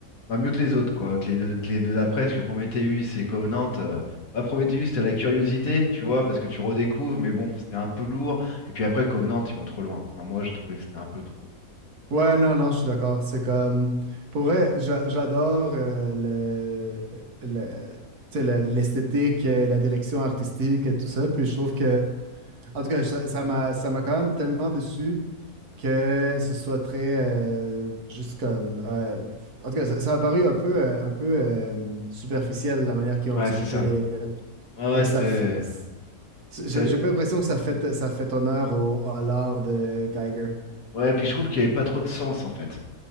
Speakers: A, on the left; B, on the right.
A: Bah, mieux que les autres, quoi, que les deux, que les deux d'après, parce que Prometheus et Covenant, euh, bah, Prometheus, t'as la curiosité, tu vois, parce que tu redécouvres, mais bon, c'est un peu lourd. Et puis après, Covenant, ils vont trop loin. Enfin, moi, j'ai trouvé que c'était un peu trop.
B: ouais, non, non, je suis d'accord. C'est comme. Pour vrai, j'a- j'adore euh, le, le, tu sais, le- l'esthétique, euh, la direction artistique et tout ça. Puis je trouve que. En tout cas, ça ça m'a ça m'a quand même tellement déçu que ce soit très euh, juste comme euh, en tout cas ça, ça a paru un peu euh, un peu euh, superficiel la manière qu'ils ont
A: Ouais,
B: expliqué
A: c'est ça.
B: les aliens
A: Ouais,
B: et
A: ouais,
B: que
A: c'était.
B: ça fait
A: c'est
B: j'ai
A: ça.
B: j'ai pas l'impression que ça fait ça fait honneur au, à l'art de Geiger
A: Ouais, puis je trouve qu'il n'y avait pas trop de sens, en fait.